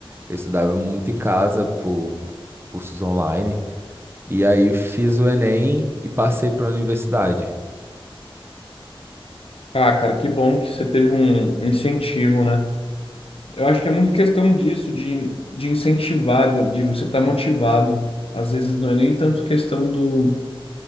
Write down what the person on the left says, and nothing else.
Ah, cara, que bom que você teve um incentivo, né? Eu acho que é muito questão disso, de, de incentivar, da- de você estar motivado. Às vezes não é nem tanto questão do,